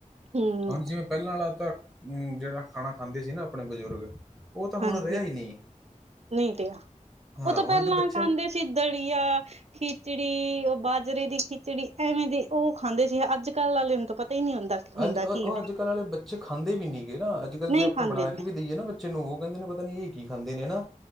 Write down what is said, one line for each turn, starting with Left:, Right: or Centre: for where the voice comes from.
Right: ਹੂੰ
Centre: ਹੁਣ ਜਿਵੇਂ ਪਹਿਲਾਂ ਵਾਲਾ ਤਾਂ ਹੂੰ ਜਿਹੜਾ ਖਾਣਾ ਖਾਂਦੇ ਸੀ ਨਾ ਆਪਣੇ ਬਜ਼ੁਰਗ ਉਹ ਤਾਂ ਹੁਣ
Right: ਹਾਂਜੀ
Centre: ਰਿਹਾ ਹੀ ਨਹੀਂ
Right: ਨਈ ਰਿਹਾ
Centre: ਹਾਂ
Right: ਉਹ ਤੋਂ
Centre: ਹੁਣ
Right: ਪਹਿਲਾਂ
Centre: ਦੇ ਬੱਚੇ
Right: ਕਹਦੇ ਸੀ ਦਲੀਆ, ਖਿਚੜੀ ਉਹ ਬਾਜਰੇ ਦੀ ਖਿਚੜੀ ਐਵੇਂ ਦੀ ਉਹ ਖਾਂਦੇ ਸੀ ਅੱਜ ਕੱਲ ਆਲੇ ਨੂੰ ਤਾਂ ਪਤਾ ਹੀ ਨਈ ਹੁੰਦਾ। ਹੁੰਦਾ
Centre: ਅੱਜ ਉਹ
Right: ਕੀ ਹੈ
Centre: ਅੱਜ ਕੱਲ ਵਾਲੇ ਬੱਚੇ ਖਾਂਦੇ ਵੀ ਨੀ ਹੈਗੇ ਨਾ ਅੱਜ ਕੱਲ
Right: ਨਹੀਂ
Centre: ਜੇ ਆਪਾਂ
Right: ਖਾਂਦੇ
Centre: ਬਣਾ
Right: ਜੀ
Centre: ਕੇ ਵੀ ਦੇਈਏ ਨਾ ਬੱਚੇ ਨੂੰ ਉਹ। ਕਹਿੰਦੇ ਨੇ ਪਤਾ ਨੀ ਇਹ ਕੀ ਖਾਂਦੇ ਨੇ ਨਾ,